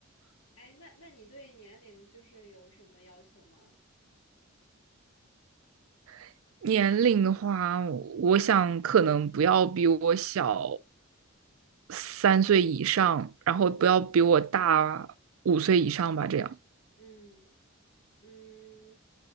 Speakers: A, on the left; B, on the right.
A: 哎，那那你对年龄就是有什么要求吗？
B: <laughs> 年龄的话，我想可能不要比我小三岁以上，然后不要比我大五岁以上吧，这样。
A: 嗯嗯，